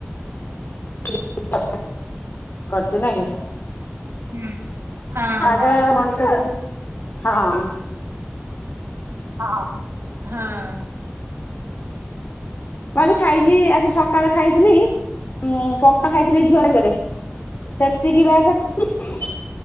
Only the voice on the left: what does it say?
<unintelligible> କରଚୁ ନା କି।
ଆଗେ
ମଣିଷ ଯେତେ ହଁ।
ମ ଖାଇଛି ଆଜି ସକାଳେ ଖାଇଥିଲି। ହୁଁ ପକ୍କା ଖାଇଥିଲି ଝିଅ ଆଙ୍କରେ ସେତିକି ବା ସେ ଖାଇ